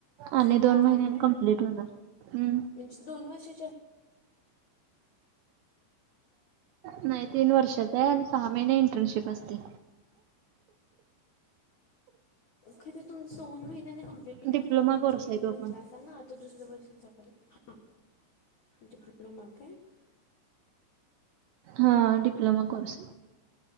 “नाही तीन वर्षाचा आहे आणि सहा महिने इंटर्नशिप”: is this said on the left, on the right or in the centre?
Right